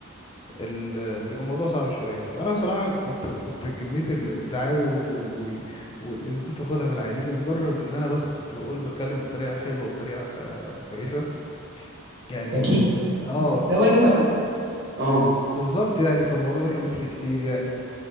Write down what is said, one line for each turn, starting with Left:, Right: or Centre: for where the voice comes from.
Left: ال... بيبقى الموضوع صعب شويه فانا صراحه كنت كنت كميه ال- الدعاوي وال... وال... وال... وال... اللي كنت باخدها من العيانين لمجرد ان انا بس كنت بقول بتكلم بطريقه حلوه وطريقه آه، كويسه يعني
Right: اكيد
Left: اه
Right: ده واجب عليك اه
Left: بالظبط يعني فالموضوع ده كان بيفرق كتير يعني